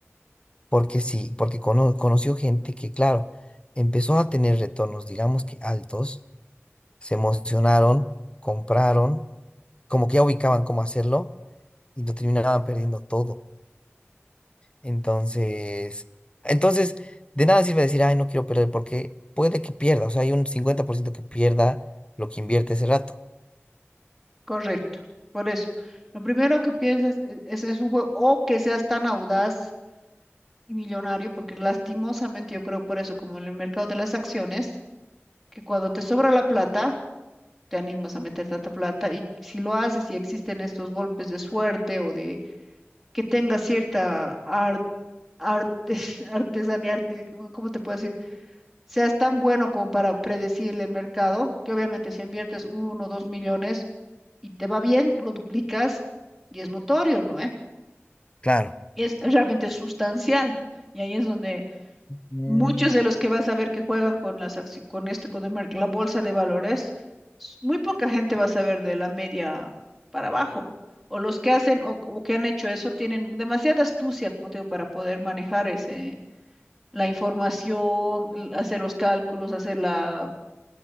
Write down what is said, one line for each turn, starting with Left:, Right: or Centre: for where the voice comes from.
Left: Porque sí, porque cono- conoció gente que, claro, empezó a tener retornos, digamos que altos, se emocionaron, compraron, como que ya ubicaban cómo hacerlo y lo terminaban perdiendo todo. Entonces, entonces, de nada sirve decir, ay, no quiero perder, porque puede que pierda, o sea, hay un 50% que pierda lo que invierte ese rato.
Centre: Correcto. Por eso, lo primero que piensas e- es, es un juego, o que seas tan audaz y millonario, porque lastimosamente yo creo por eso, como en el mercado de las acciones, que cuando te sobra la plata, te animas a meter tanta plata y si lo haces y existen estos golpes de suerte o de que tengas cierta ar- artes- <laughs> artesanía, arti- ¿cómo cómo te puedo decir? seas tan bueno como para predecirle el mercado, que obviamente si inviertes uno o dos millones y te va bien, lo duplicas y es notorio, ¿no? ve?
Left: Claro.
Centre: Es realmente sustancial. Y ahí es donde
Left: Mm.
Centre: muchos de los que vas a ver que juegan con las acci- con este, con el mer- la bolsa de valores, s- muy poca gente va a saber de la media para abajo. O los que hacen o, o que han hecho eso tienen demasiada astucia, como te digo, para poder manejar ese, la información, l- hacer los cálculos, hacer la,